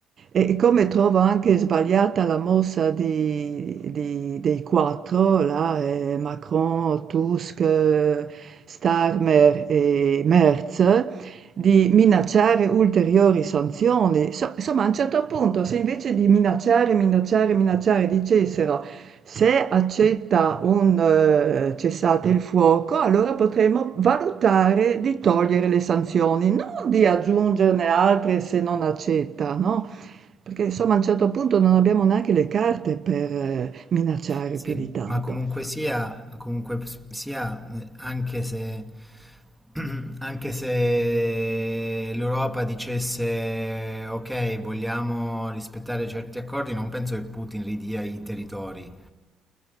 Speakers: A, on the right; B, in the centre.
A: E e come trovo anche sbagliata la mossa di- di- dei quattro, là, eh, Macron, Tusk, eh, Starmer e Merz, di minacciare ulteriori sanzioni. So- insomma, a un certo punto, se invece di minacciare, minacciare, minacciare, dicessero se accetta un eh, cessate il fuoco, allora potremmo valutare di togliere le sanzioni, non di aggiungerne altre se non accetta, no? Perché insomma a un certo punto non abbiamo neanche le carte per eh, minacciare
B: sì,
A: più di tanto.
B: ma comunque sia, comunque s- sia, eh, anche se, <clears throat> anche se l'Europa dicesse ok, vogliamo rispettare certi accordi, non penso che Putin ridia i territori.